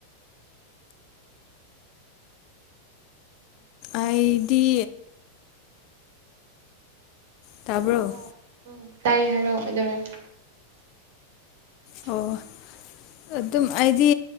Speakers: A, on the left; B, on the right.
A: ꯑꯩꯗꯤ ꯇꯥꯕ꯭ꯔꯣ
B: ꯀꯩꯗꯧꯔꯦ ꯎꯝ ꯇꯥꯏ ꯍꯥꯏꯔꯣ ꯀꯩꯗꯧꯔꯒꯦ <unintelligible>
A: ꯑꯣ ꯑꯗꯨꯝ ꯑꯩꯗꯤ